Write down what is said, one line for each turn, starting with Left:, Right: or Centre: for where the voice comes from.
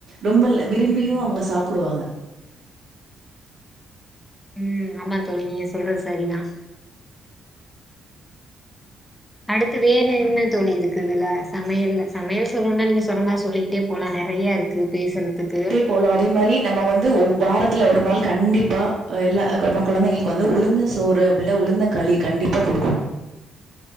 Right: ரொம்ப லை விரும்பியு
Centre: ம்
Right: அவுங்க சாப்புடுவாங்க
Centre: ம் ஆமா தோழி நீங்க சொல்றது சரிதா அடுத்து வேற என்ன தோழி இருக்கு இதுல சமையல்ல சமையல் சொல்லணும்னா நீங்க சொல்ற மாரி சொல்லிக்கிட்டே போலா நெறைய இருக் கு பேசுறதுக்கு
Right: போல அதே மாரி நம்ம வந்து ஒ வாரத்துல ஒரு நாள் கண்டிப்பா எல்லா நம்ம கொழந்தைங்க வந்து உழுந்த சோறு அப்டில்ல உழுந்த களி கண்டிப்பா குடுக்கணு